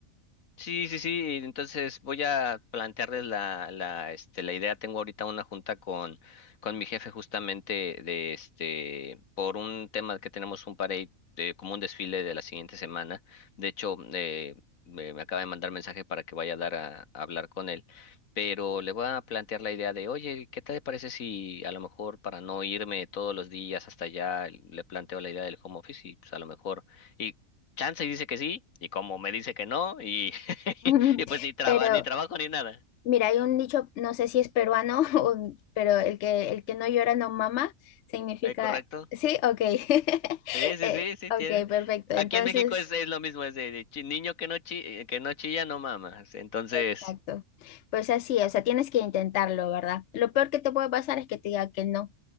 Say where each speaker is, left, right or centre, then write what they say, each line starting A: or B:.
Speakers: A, on the left; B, on the left.
A: Sí, sí, sí. Entonces voy a plantearles la, la, este, la idea. Tengo ahorita una junta con, con mi jefe justamente de este, por un tema que tenemos un parade, de, como un desfile de la siguiente semana. De hecho, eh, me, me acaba de mandar mensaje para que vaya a dar a, a hablar con él. Pero le voy a plantear la idea de, oye, ¿qué te parece si a lo mejor para no irme todos los días hasta allá, le planteo la idea del home office y pues a lo mejor, y chance y dice que sí, y como me dice que no, y <laughs>
B: <laughs>
A: Y pues ni traba,
B: pero
A: ni trabajo ni nada.
B: Mira, hay un dicho, no sé si es peruano, <laughs> o- pero el que, el que no llora no mama, significa...
A: ¿Eh, correcto?
B: Sí, ok. <laughs>
A: Sí, sí,
B: Eh,
A: sí, sí,
B: ok,
A: tiene.
B: perfecto.
A: Aquí
B: Entonces,
A: en México es, es lo mismo, es de, de chi- niño que no chi- que no chilla, no mamas. Entonces,
B: exacto. Pues así, o sea, tienes que intentarlo, ¿verdad? Lo peor que te puede pasar es que te diga que no.